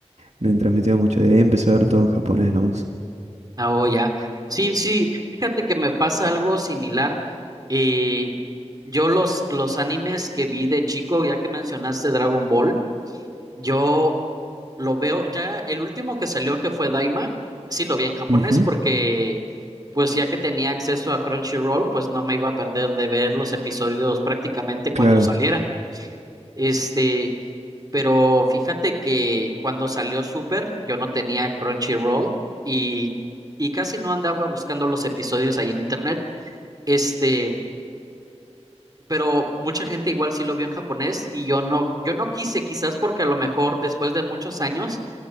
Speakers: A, on the right; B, on the right.
A: me transmitía mucho. Y ahí empecé a ver todo en japonés nomás.
B: Ah, oh, ya. Sí, sí, fíjate que me pasa algo similar. Eh, yo los, los animes que vi de chico, ya que mencionaste Dragon Ball, yo lo veo, ya el último que salió que fue Daima, sí lo vi en japonés
A: Ujú,
B: porque pues ya que tenía acceso a Crunchyroll, pues no me iba a perder de ver los episodios prácticamente cuando
A: Claro.
B: salieran. Este, Pero fíjate que cuando salió Super, yo no tenía Crunchyroll y, y casi no andaba buscando los episodios ahí en internet. Este, pero mucha gente igual sí lo vio en japonés y yo no, yo no quise, quizás porque a lo mejor después de muchos años,